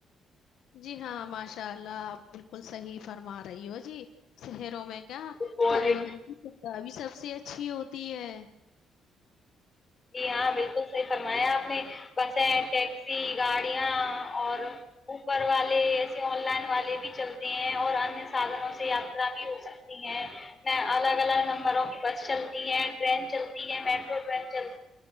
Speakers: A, on the left (about 80°); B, on the left (about 30°).
A: جی ہاں ماشاء اللہ آپ بالکل صحیح فرما رہی ہو جی صر میں کیا
B: فون
A: پریوار
B: ایک
A: بھی سب سے اچھی ہوتی ہے
B: جی ہاں بالکل صحیح فرمایا آپ نے بسیں ٹیکسی گاڑیاں اور اوپر والے ایسے آن لائن والے بھی چلتے ہیں اور انیہ سادھنوں سے یاترا بھی ہو سکتی ہیں میں الگ الگ نمبروں کی بس چلتی ہیں ٹرین چلتی ہے میٹرو ٹرین چل